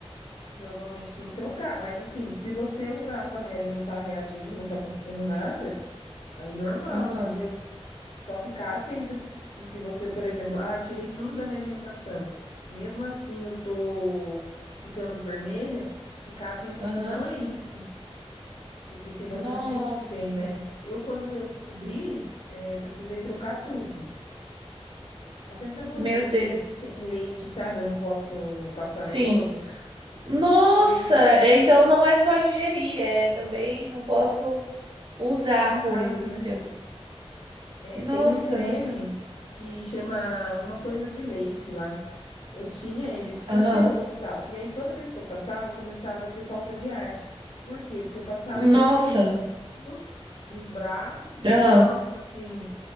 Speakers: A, on the left; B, on the right.
A: Normalmente tem que trocar, mas assim, se você usar a panela e não tá reagindo, não tá acontecendo nada, aí normal,
B: Aham,
A: entendeu? Só ficar atenta que se você, por exemplo, ah, tirei tudo da minha alimentação, mesmo assim eu tô ficando vermelha, ficar atenta
B: aham.
A: se não é isso, porque tem
B: Nossa,
A: bastante gente que tem, né? Eu, quando eu descobri, eh, precisei trocar tudo. Até sabonete
B: meu Deus.
A: que tem leite, sabe? Eu não posso passar
B: Sim.
A: no corpo.
B: Nossa,
A: Tem uns,
B: é, então não é só ingerir, é também não posso usar
A: ter contato,
B: coisas
A: né?
B: que tem.
A: É,
B: Nossa,
A: tem um creme
B: não sabe.
A: que chama alguma coisa de leite lá. Eu tinha ele super
B: Aham.
A: cheiroso e tal. E aí toda vez que eu passava, eu começava a ter falta de ar. Por quê? Porque eu passava
B: Nossa.
A: bem assim no colo, nos braços, bem
B: Aham.
A: próximo assim,